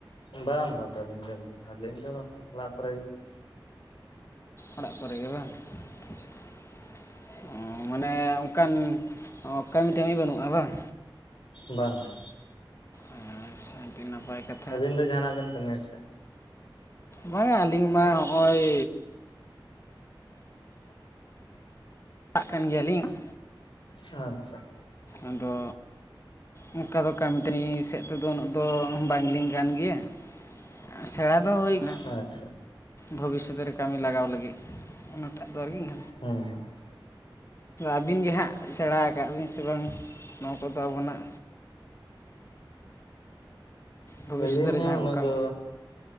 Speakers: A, on the left; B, on the left.
A: ᱵᱟᱝ ᱵᱟᱝ ᱵᱟᱹᱞᱤᱧ ᱡᱚᱢᱮᱢᱼᱟ, ᱟᱹᱞᱤᱧ ᱫᱚ ᱚᱲᱟᱜ ᱠᱚᱨᱮ ᱜᱮ ᱾
B: ᱚᱲᱟᱜ ᱠᱚ ᱨᱮ ᱜᱮ ᱵᱟᱝ? <inaudible> ᱚ ᱢᱟᱱᱮ ᱚᱱᱠᱟᱱ ᱠᱟᱹᱢᱤ ᱴᱟᱢᱤ ᱵᱟᱹᱱᱩᱜᱼᱟ ᱵᱟᱝ?
A: ᱵᱟ ᱵᱟ ᱾
B: ᱟᱪᱪᱷᱟ, ᱟᱹᱰᱤ ᱱᱟᱯᱟᱭ ᱠᱟᱛ ᱾
A: ᱟᱹᱵᱤᱱ ᱫᱚ ᱡᱟᱦᱟᱸᱱᱟᱜ ᱵᱮᱱ ᱠᱟᱹᱢᱤᱭᱟ ᱥᱮᱜ?
B: ᱵᱟᱝᱟ ᱟᱹᱞᱤᱧ ᱢᱟ ᱦᱚᱜᱼᱚᱭᱼᱼ ᱟᱜ ᱠᱟᱱ ᱜᱮᱭᱟ ᱞᱤᱧ ᱾
A: ᱟᱪᱪᱷᱟ ᱾
B: ᱟᱫᱚᱼᱼ ᱚᱝᱠᱟ ᱫᱚ ᱠᱟᱹᱢᱤ ᱴᱟᱱᱤ ᱥᱮᱫ ᱛᱮ ᱫᱚ ᱩᱱᱟᱹᱜ ᱫᱚ ᱵᱟᱝ ᱞᱤᱧ ᱜᱟᱱ ᱜᱮᱭᱟ ᱾ ᱥᱮᱬᱟ ᱫᱚ ᱦᱳᱭᱱᱟ,
A: ᱟᱪᱪᱷᱟ
B: ᱵᱷᱚᱵᱤᱥᱥᱚᱛ ᱨᱮ ᱠᱟᱹᱢᱤ ᱞᱟᱜᱟᱣ ᱞᱟᱹᱜᱤᱫ ᱾ ᱚᱱᱟ ᱴᱟᱜ ᱫᱚ <unintelligible>
A: ᱦᱩᱸ ᱦᱩᱸ ᱾
B: ᱟᱹᱵᱤᱱ ᱜᱮ ᱦᱟᱸᱜ ᱥᱮᱬᱟ ᱟᱠᱟᱜ ᱵᱤᱱ ᱥᱮ ᱵᱟᱝ? ᱱᱚᱣᱟ ᱠᱚᱫᱚ ᱟᱵᱚᱱᱟᱜᱼᱼ ᱵᱷᱚᱵᱤᱥᱥᱚᱛ
A: ᱟᱹᱞᱤᱧ
B: ᱨᱮ
A: ᱦᱚᱸ
B: ᱡᱟᱦᱟᱸ
A: ᱩᱱᱟᱹᱜ
B: ᱠᱚ ᱠᱟᱹᱢᱤ
A: ᱫᱚᱼᱼᱼᱼ